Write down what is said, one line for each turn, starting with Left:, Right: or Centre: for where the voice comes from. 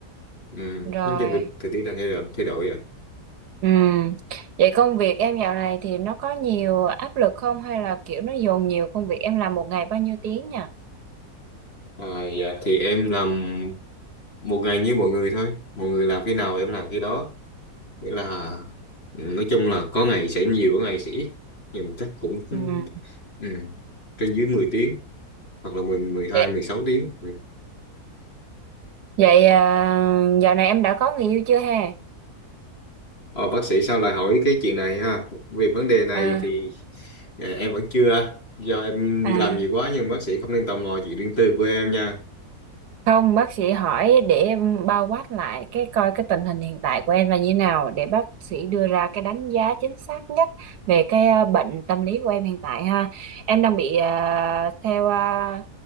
Left: Ừ,
Right: Rồi,
Left: nói chung thì thời tiết đang thay đổi thay đổi rồi
Right: ừm. Vậy công việc em dạo này thì nó có nhiều áp lực không hay là kiểu nó dồn nhiều công việc em làm một ngày bao nhiêu tiếng nhỉ?
Left: à, dạ. thì em làm một ngày như mọi người thôi mọi người làm khi nào em làm khi đó nghĩa là ừ, nói chung là có ngày sẽ nhiều có ngày sẽ ít thì mình chắc cũng
Right: Ừm.
Left: ừ, trên dưới mười tiếng hoặc là mười mười hai
Right: Vậy
Left: mười sáu tiếng ừ.
Right: vậy à, dạo này em đã có người yêu chưa ha?
Left: Ờ, bác sĩ sao lại hỏi cái chuyện này ha về vấn đề này
Right: À,
Left: thì ờ, em vẫn chưa do em
Right: à.
Left: đi làm nhiều quá nhưng bác sĩ không nên tò mò chuyện riêng tư của em nha
Right: Không, bác sĩ hỏi để em bao quát lại cái coi cái tình hình hiện tại của em là như nào để bác sĩ đưa ra cái đánh giá chính xác nhất về cái à, bệnh tâm lý của em hiện tại ha. Em đang bị à, theo à,